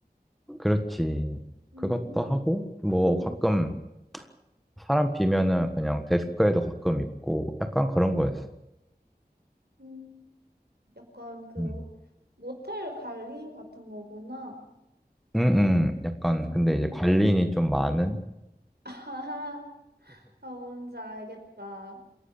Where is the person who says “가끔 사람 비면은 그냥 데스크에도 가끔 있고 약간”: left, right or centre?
Centre